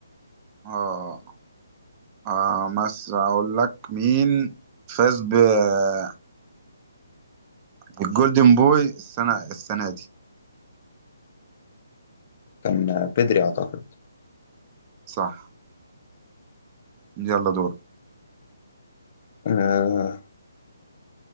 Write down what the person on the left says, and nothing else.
كان آه، بيدري أعتقد
آه